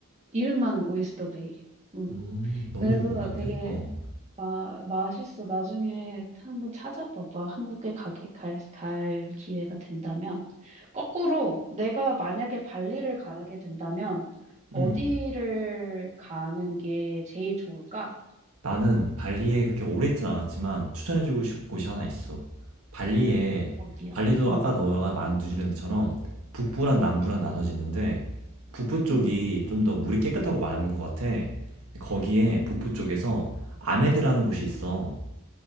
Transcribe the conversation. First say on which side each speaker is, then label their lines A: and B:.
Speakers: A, on the right; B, on the right.
A: 이름만 오이스터베이. 응.
B: 음, 너무
A: 그래서
B: 궁금한데?
A: 되게
B: 어.
A: 마, 맛있어. 나중에 한번 찾아봐봐. 한국에 가게, 갈, 갈 기회가 된다면. 거꾸로 내가 만약에 발리를 가게 된다면 어디를
B: 음.
A: 가는 게 제일 좋을까?
B: 나는 발리에 그렇게 오래 있진 않았지만 추천해주고 싶은 곳이 하나 있어. 발리에,
A: 어디야?
B: 발리도
A: 응.
B: 아까 너가 말한 뉴질랜드처럼 북부랑 남부랑 나눠지는데 북부 쪽이
A: 응.
B: 좀 더 물이 깨끗하고 맑은 것 같아. 거기에
A: 음.
B: 북부 쪽에서 아메드라는 곳이 있어.